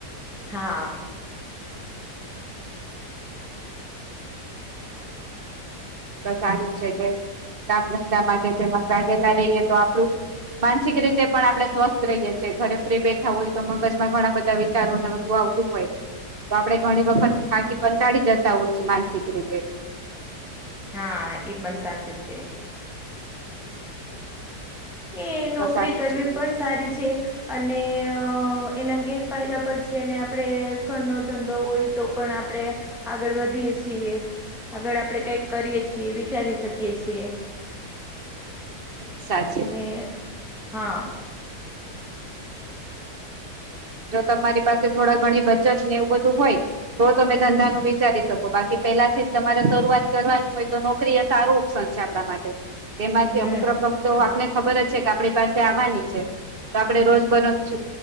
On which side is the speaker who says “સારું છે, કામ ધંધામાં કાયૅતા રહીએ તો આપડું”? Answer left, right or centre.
Right